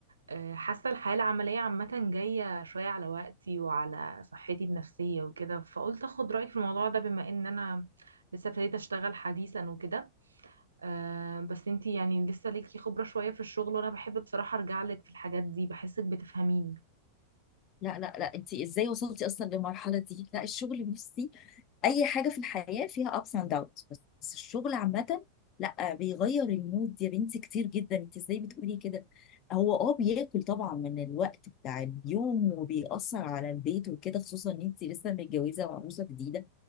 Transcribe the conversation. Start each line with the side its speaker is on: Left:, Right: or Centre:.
Right: أه، حاسة الحياة العملية عامة جاية شوية على وقتي وعلى صحتي النفسية وكده فقلت اخد رأيك في الموضوع ده بما ان انا لسه ابتديت اشتغل حديثا وكده أه بس انتي يعني لسه ليكي خبرة شوية في الشغل وانا بحب بصراحة ارجع لك في الحاجات دي بحسك بتفهميني
Left: لا لا لا انت ازاي وصلتي اصلا للمرحله دي لا الشغل بصي اي حاجه في الحياه فيها ups and downs بس الشغل عامه لا بيغير المود يا بنتي كتير جدا انت ازاي بتقولي كده هو اه بياكل طبعا من الوقت بتاع اليوم وبيأثر على البيت وكده خصوصا ان انت لسه متجوزه وعروسه جديده